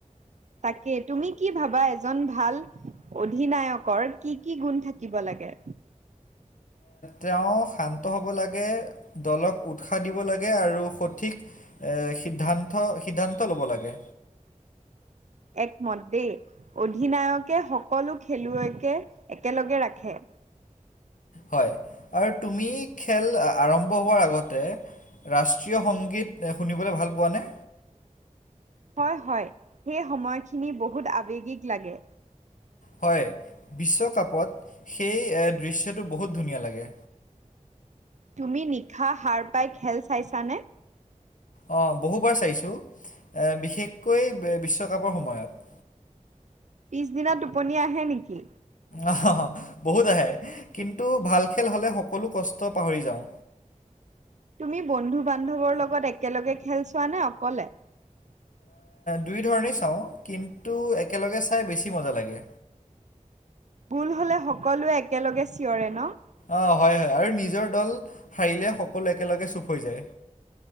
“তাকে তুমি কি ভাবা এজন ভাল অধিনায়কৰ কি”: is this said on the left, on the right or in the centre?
Right